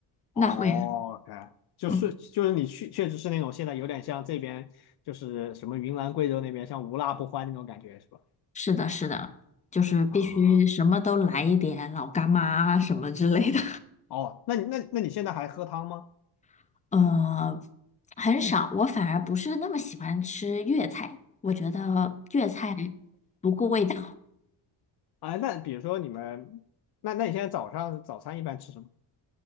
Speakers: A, on the left; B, on the left.
A: 那会啊，
B: 哦，OK，就是就是你确确实是那种现在有点像这边就是什么云南贵州那边像无辣不欢那种感觉是吧？
A: 嗯，是的，是的，就是必须什么都来一点，
B: 啊，
A: 老干妈啊什么之类的。
B: 哦，那你那那你现在还喝汤吗？
A: <laughs> 呃，很少，我反而不是那么喜欢吃粤菜，我觉得粤菜不顾味道。
B: 啊，那比如说你们，那那你现在早上早餐一般吃什么